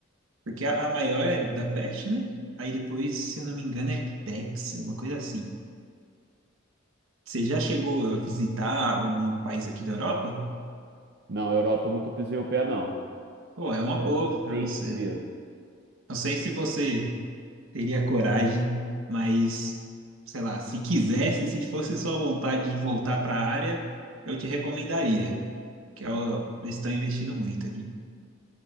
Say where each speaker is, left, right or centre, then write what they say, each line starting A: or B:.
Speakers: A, on the right; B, on the right.
A: Porque a, a maior é da Peste, né? Aí depois, se eu não me engano, é Pex, uma coisa assim. Você já chegou a visitar algum país aqui da Europa?
B: Não, Europa eu nunca pisei o pé, não.
A: Pô, é uma
B: Só
A: boa
B: os
A: para
B: States
A: você.
B: mesmo.
A: Não sei se você teria coragem, mas sei lá, se quisesse, se fosse sua vontade de voltar para a área, eu te recomendaria, que é o- eles estão investindo muito aqui.